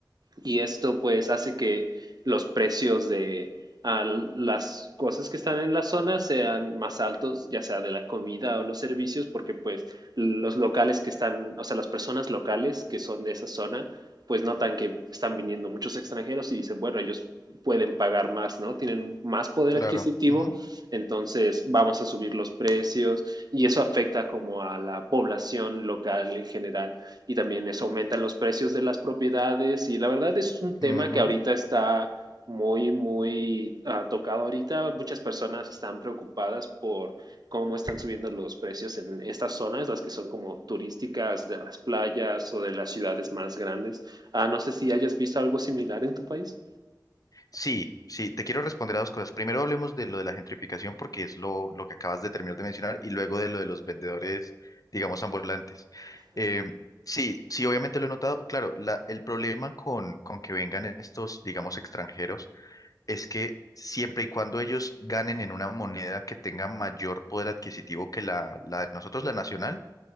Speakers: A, on the right (about 60°); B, on the left (about 50°).
A: y esto pues hace que los precios de ah, las cosas que están en la zona sean más altos, ya sea de la comida o los servicios, porque pues los locales que están, o sea, las personas locales que son de esa zona, pues notan que están viniendo muchos extranjeros y dicen, bueno, ellos pueden pagar más, ¿no? Tienen más poder
B: claro.
A: adquisitivo,
B: ujú,
A: entonces vamos a subir los precios y eso afecta como a la población local en general y también eso aumenta los precios de las propiedades y la verdad es un tema
B: ujú.
A: que ahorita está muy, muy ah, tocado ahorita. Muchas personas están preocupadas por cómo están subiendo los precios en estas zonas, las que son como turísticas de las playas o de las ciudades más grandes. Ah, no sé si hayas visto algo similar en tu país.
B: Sí, sí, te quiero responder a dos cosas. Primero hablemos de lo de la gentrificación porque es lo, lo que acabas de terminar de mencionar y luego de lo de los vendedores, digamos, ambulantes. Eh, sí, sí, obviamente lo he notado. Claro, la- el problema con, con que vengan estos, digamos, extranjeros es que siempre y cuando ellos ganen en una moneda que tenga mayor poder adquisitivo que la, la de nosotros, la nacional,